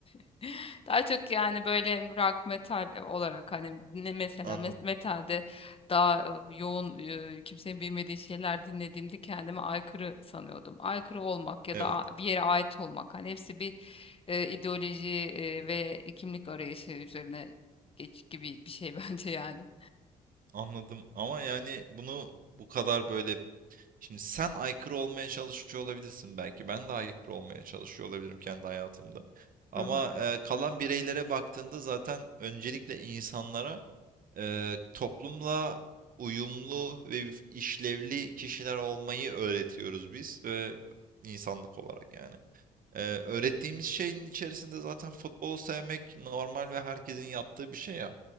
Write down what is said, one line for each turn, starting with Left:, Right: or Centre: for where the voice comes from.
Left: <laughs> Daha çok yani böyle rock metal olarak hani ne mesela
Right: Anladım.
Left: mes- metalde daha e, yoğun e, kimsenin bilmediği şeyler dinlediğimde kendimi aykırı sanıyordum. Aykırı olmak ya
Right: Evet.
Left: da a- bir yere ait olmak hani hepsi bir e, ideoloji e, ve kimlik arayışı üzerine geç gibi bir şey <laughs> bence yani.
Right: Anladım. Ama yani bunu bu kadar böyle şimdi sen aykırı olmaya çalışıyor olabilirsin belki. Ben de aykırı olmaya çalışıyor olabilirim kendi hayatımda. Ama
Left: Hı hı.
Right: e, kalan bireylere baktığında zaten öncelikle insanlara eee, toplumla uyumlu ve işlevli kişiler olmayı öğretiyoruz biz ve insanlık olarak yani. Eee, öğrettiğimiz şeyin içerisinde zaten futbolu sevmek normal ve herkesin yaptığı bir şey ya.